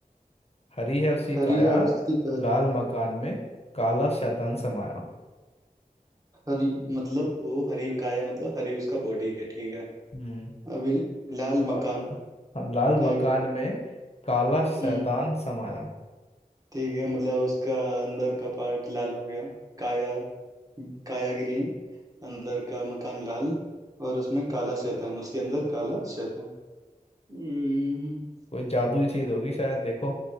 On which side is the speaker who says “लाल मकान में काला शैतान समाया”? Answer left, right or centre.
Left